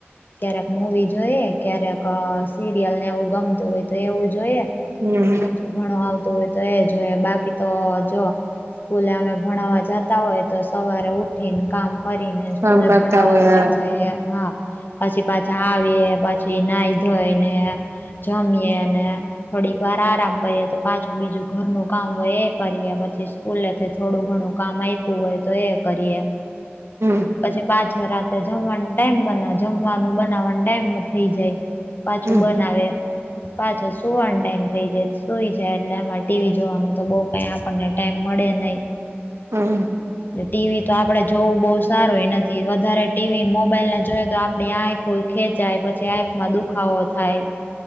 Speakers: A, on the left; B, on the right.
A: ક્યારેક મુવી જોયે, ક્યારેક અ સી સિરિયલ ને એવું ગમતું હોય તો એવું જોઈએ.
B: હમ.
A: બીજું ઘણું આવતું હોય તો એ જોઈએ બાકી તો જો સ્કૂલે અમે ભણાવા જતા હોય તો સવારે ઉઠીને કામ કરીને ને સ્કૂલે
B: કામ કરતા
A: ભણાવવા
B: હોય
A: વઈ જાય. હા, પછી પાછા આવીયે પછી નાઈ ધોય ને જમીએ ને થોડીક વાર આરામ કરીએ તો પાછું બીજું ઘરનું કામ હોય એ કરીએ પછી સ્કૂલેથી થોડું ઘણું કામ આયપું હોય તો એ કરીએ.
B: હમ.
A: પછી પાછો રાતે જમવાનું ટાઈમ બના જમવાનું બનાવવાનું ટાઈમ થઇ જાય.
B: હમ
A: તુ બનાવે. પાછા સુવાનું ટાઈમ થઈ જાય સુઈ જાય એટલે એમાં ટીવી જોવાનું તો બઉ કઈ આપણને ટાઈમ મળે નહી.
B: હા <inaudible>
A: ટીવી તો આપડે જોવું બહુ સારુંય નથી વધારે ટીવી મોબાઈલને જોયે તો આપડી આંખ ખેચાય પછી આંખમાં દુખાવો થાય.